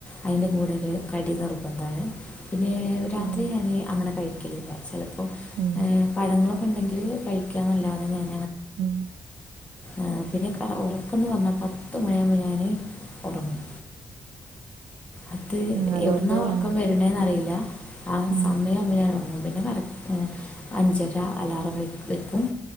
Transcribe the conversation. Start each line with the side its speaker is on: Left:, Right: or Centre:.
Left: അതിന്റെ കൂടുതൽ കടി നിർബന്ദാണ് പിന്നെ രാത്രി
Right: ഉം
Left: ഞാൻ അങ്ങനെ കഴിക്കലില്ല ചിലപ്പോൾ
Right: ഉം
Left: അപ്പോൾ പഴങ്ങളൊക്കെ ഉണ്ടെങ്കിൽ കഴിക്കാൻ നല്ലാതെ ഞാൻ
Right: ഉം
Left: ആ പിന്നെ ഉറക്കന്ന് പറഞ്ഞാ പത്ത മണിയാമ്പോ ഞാന് ഒറങ്ങും അത്
Right: ഉം അതുകൊണ്ട്
Left: എവിടുന്നാ ഒറക്കം
Right: ആ
Left: വരണേന്നറിയില്ല ആ
Right: ഉം
Left: സമയാവുമ്പോ ഞാൻ ഉറങ്ങും പിന്നെ കറക്റ്റ് അഞ്ചര അലാറം വ വെക്കും